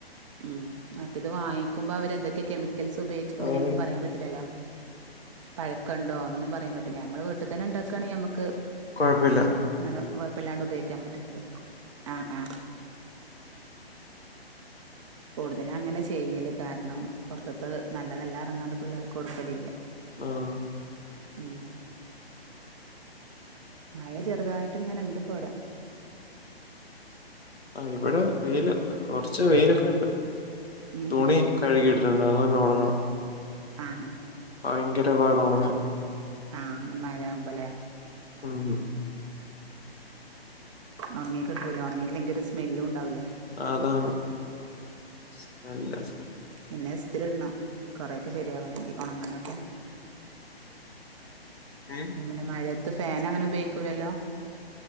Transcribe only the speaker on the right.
ഉം മറ്റ് റ്റിത് വാങ്ങിക്ക്മ്പൊ അവരെന്തൊക്കെ കെമിക്കൽസ് ഉപയോഗിച്ചിക്ക്ണ്ന്ന്
ഞമുക്ക് പറയാൻ പറ്റില്ലല്ലോ പഴക്കണ്ടോ ഒന്നും പറയാൻ പറ്റൂല്ല ഞമ്മള് വീട്ടിൽ തന്നെ ഉണ്ടാക്കയാണെങ്കിൽ ഞമുക്ക്
അങ്ങനെ കുഴപ്പില്ലാണ്ട് ഉപയോഗിക്കാൻ പറ്റുന്നുണ്ട് ആഹ് ആഹ് കൂടുതലും അങ്ങനെ ചെയ്യല് കാരണം പുറത്തത്ത് നല്ലതല്ല പറഞ്ഞിട്ട് പിള്ളേർക്ക് കൊടുക്കലില്ല
ഉം മഴ ചെറുതായിട്ട് ഇങ്ങനെ ഇണ്ട്പ്പ് വിടെ
ഉം
ഉം
ആഹ്
ആഹ് അങ്ങനെ മഴയാവുമ്പോ അല്ലേ
ഒണങ്ങി കിട്ടൂല ഒണങ്ങിലെങ്കി ഒരു സ്മെല്ലും ഉണ്ടാവില്ലേ
പിന്നെ ഇസ്തിരിഇടണം കൊറെക്കെ ശരിയാവണെങ്കിൽ ഒണങ്ങാനൊക്കെ
എന്നാപ്പിന്നെ മഴത്ത് ഫാൻ അങ്ങനെ ഉപയോഗിക്കൂല്ലല്ലോ